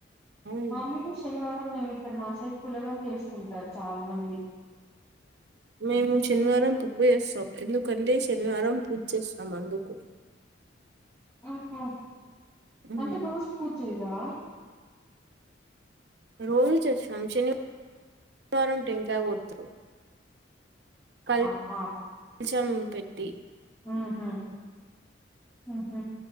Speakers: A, on the right; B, on the left.
A: ఉమ్,
B: మామూలు డిష్ శనివారం మేము ఇక్కడ మా సైడ్ పులగం చేసుకుంటారు చాలా మంది
A: మేము శనివారం పప్పు చేస్తాం ఎందుకంటే శనివారం పూజ చేస్తాం అందుకు
B: ఆహా
A: ఉమ్,
B: అంటే రోజు పూజజేయరా
A: రోజు చేస్తాం శనివారం శనివారం టెంకాయ కొడుతురు కల్
B: ఆహా
A: శం పెట్టి
B: ఊహూ ఊహూ